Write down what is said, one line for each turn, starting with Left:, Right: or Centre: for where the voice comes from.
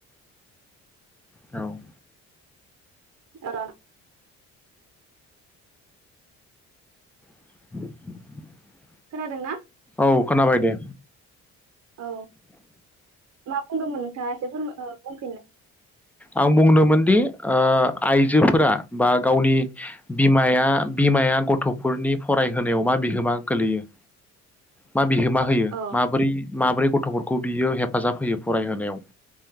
Centre: औ
Right: <unintelligible>
Centre: <inaudible>
Right: खोनादों ना?
Centre: औ खोनाबाय दे।
Right: औ मा बुंदोंमोन नोंथाङा एसे फोरम ओ बुं
Centre: आं बुंदोंमोनदि ओ आइजोफोरा बा गावनि बिमाया बिमाया गथ'फोरनि फरायहोनायाव मा बिहोमा गोलैयो? मा बिहो मा होयो
Right: औ
Centre: माबोरै माबोरै गथ'फोरखौ बियो हेफाजाब होयो फरायहोनायाव।